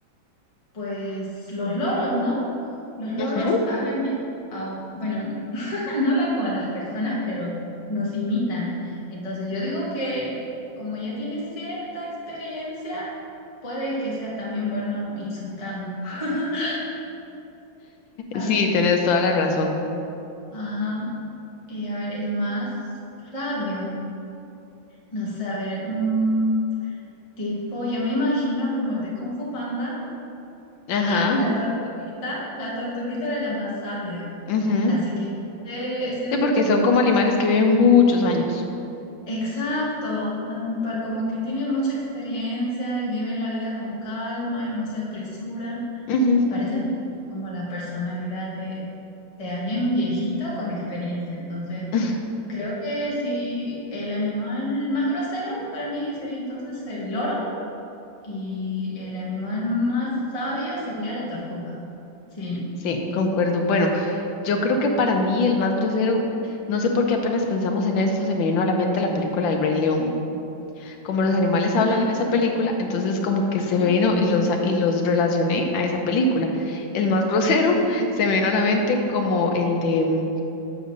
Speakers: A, on the left; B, on the left.
A: pues los loros, ¿no? Los loros
B: Ujú.
A: hablan ya, a- bueno, <laughs> no hablan como las personas, pero nos imitan. Entonces yo digo que como ya tiene cierta experiencia, puede que sea también bueno insultando. <laughs> A
B: Sí,
A: ver,
B: tenés toda
A: eh,
B: la razón.
A: ajá, eh, a ver, el más sabio, no sé, a ver, un tipo, yo me imagino como el de Kung Fu Panda,
B: Ajá.
A: la tortuguita, la tortuguita era la más sabia,
B: ujú.
A: así que no sé, ese
B: Sí, porque
A: como
B: son como
A: que,
B: animales que viven muchos años.
A: exacto, ah, pa- como que tiene mucha experiencia y viven la vida con calma y no se apresuran,
B: Ujú.
A: parecen también como la personalidad de, de alguien viejito con experiencia, entonces...
B: <laughs>
A: Creo que sí, el animal más grosero para mí sería entonces el loro y el animal más sabio sería la tortuga. Sí.
B: Sí, concuerdo. Bueno, yo creo que para mí el más grosero, no sé por qué apenas pensamos en esto, se me vino a la mente la película El Rey León. Como los animales hablan
A: Ajá,
B: en esa película, entonces como que
A: ajá,
B: se me vino y los, a- y los relacioné a esa película. El más grosero
A: ajá.
B: <laughs> se me vino a la mente como el de mm,